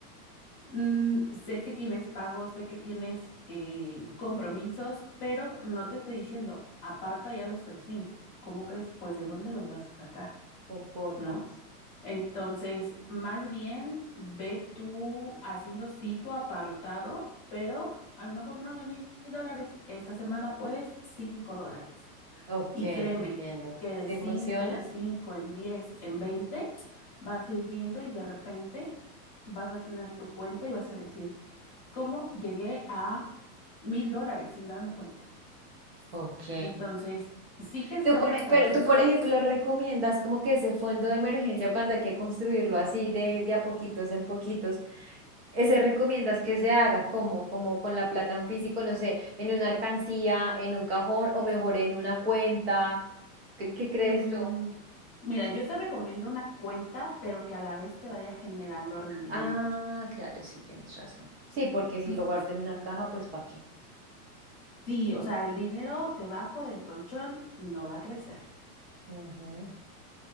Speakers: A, on the left; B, on the right.
A: Mm, sé que tienes pagos, sé que tienes eh, compromisos, pero no te estoy diciendo, aparta ya los 3.000. ¿Cómo crees? Pues de dónde los vas a sacar,
B: Por cuotas.
A: ¿no? Entonces, más bien ve tú haciendo sí tu apartado, pero a lo mejor no de mil dólares. Esta semana puedes cinco dólares.
B: Ok,
A: Y créeme
B: te entiendo.
A: que de
B: ¿Sí
A: 5
B: funciona?
A: en 5 en 10 en 20 vas a ir viendo y de repente vas a tener tu cuenta y vas a decir, ¿cómo llegué a mil dólares sin darme cuenta?
B: Ok.
A: Entonces, sí que sea
B: Tú por,
A: una
B: e-
A: tarjeta.
B: pero tú, por ejemplo, recomiendas como que ese fondo de emergencia cuando hay que construirlo así de, de a poquitos en poquitos, ese recomiendas que se haga como, como con la plata en físico, no sé, en una alcancía, en un cajón o mejor en una cuenta. ¿Qué, qué crees
A: Mm,
B: tú?
A: mira, yo te recomiendo una cuenta, pero que a la vez te vaya generando rendimientos.
B: Ah, claro, sí, tienes razón. Sí, porque si
A: Ujú.
B: lo guardo en una caja, pues ¿para qué?
A: Sí, o sea, el dinero debajo del colchón no va a crecer.
B: Ujú.